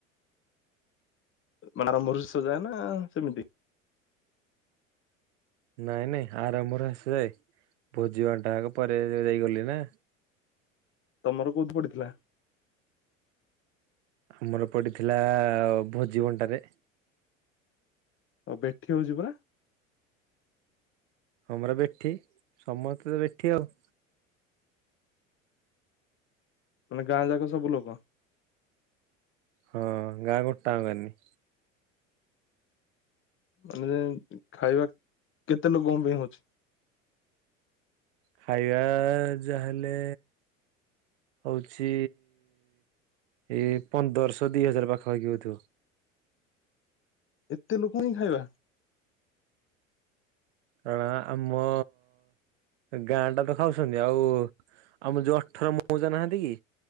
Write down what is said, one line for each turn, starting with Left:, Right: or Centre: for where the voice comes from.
Left: ମାନେ ଆରମ୍ଭ ରୁ ଶେଷ ଯାଏ ନା ସେମିତି।
Right: ନାଇଁ ନାଇଁ ଆରମ୍ଭରୁ ଆସିଯାଏ ଭୋଜି ବଣ୍ଟାଟା ଆଗ ପରେ ଯାଇଗଲି ନା।
Left: ତମର କୋଉଠି ପଡିଥିଲା?
Right: ଆମର ପଡିଥିଲା ଭୋଜି ବଣ୍ଟାରେ।
Left: ଅବେ ଦେଖିବାକୁ ଯିବୁ ନା।
Right: ଆମର ବେଠି ସମସ୍ତେ ତ ବେଠି ଆଉ।
Left: ମାନେ ଗାଁ ଯାକ ସବୁ ଲୋକ?
Right: ହଁ ଗାଁ ଗୋଟା ଙ୍କ ଏଇନା।
Left: ମାନେ ଯେନ୍ତି ଖାଇବା କେତେ ଲୋକଙ୍କ ପାଇଁ ହଉଛି?
Right: ଖାଇବା ଯାହାଲେ ହଉଛି ଏଇ ପନ୍ଦରଶହ ଦି ହଜାର ପାଖାପାଖି ହଉଥିବ।
Left: ଏତେ ଲୋକ ଙ୍କୁ ଖାଇବା
Right: ଆ ଆମ ଗାଁ ଟା ତ ଖାଉଛନ୍ତି ଆଉ ଆମର ଯୋଉ ଅଠର ମଉଜା ନାହାନ୍ତି କି?